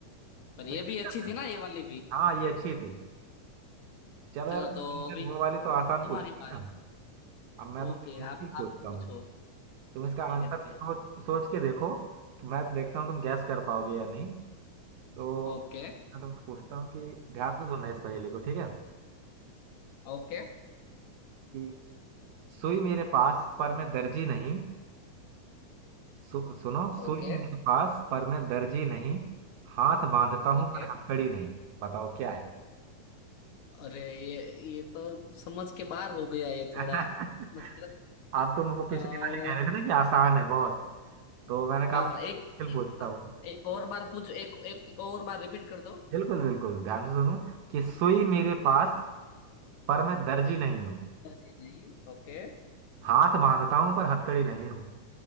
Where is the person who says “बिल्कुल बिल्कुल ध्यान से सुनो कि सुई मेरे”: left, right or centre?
Right